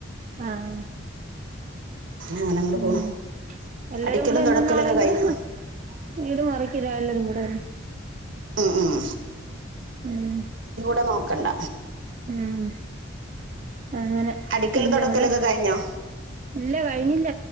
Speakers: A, on the right; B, on the right.
A: ആഹ്
B: അങ്ങനെ അങ്ങോട്ട്
A: ഉം
B: പോണു
A: എല്ലരും
B: അടിക്കലും
A: കൂടെ ഇന്നുന്നാളെ
B: തുടക്കലൊക്കെ
A: കൂടെ
B: കഴിഞ്ഞു
A: വീട് മറി ക്ക്ലാല്ലരും കൂടെ ഉം
B: ഉം ഉം
A: ഊം
B: <unintelligible> നോക്കണ്ട
A: ഉം അങ്ങനെ
B: അടിക്കലും
A: പിന്നെവിടെ
B: തുടക്കലൊക്കെ കഴിഞ്ഞോ
A: ഇല്ല കഴിഞ്ഞില്ല